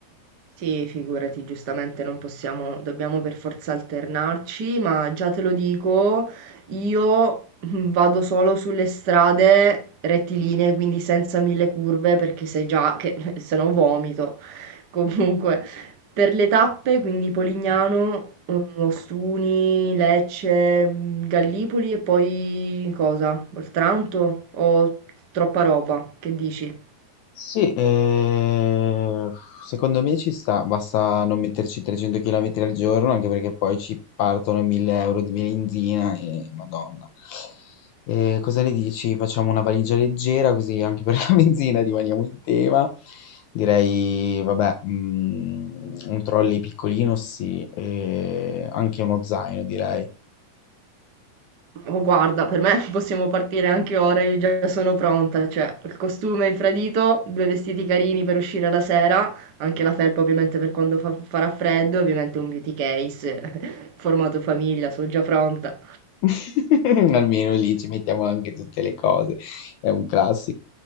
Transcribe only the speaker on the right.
Sì, figurati, giustamente non possiamo, dobbiamo per forza alternarci, ma già te lo dico, io mm, vado solo sulle strade rettilinee, quindi senza mille curve, perché se già che <laughs> se no vomito. Comunque, per le tappe, quindi Polignano, mm, Ostuni, Lecce, mm, Gallipoli e poi cosa? Oltranto o troppa roba? Che dici?
Oh, Guarda, per me <laughs> possiamo partire anche ora, io già sono pronta, cioè il costume infradito, due vestiti carini per uscire la sera, anche la felpa ovviamente per quando fa- farà freddo, ovviamente un beauty case, <laughs> formato famiglia, sono già pronta.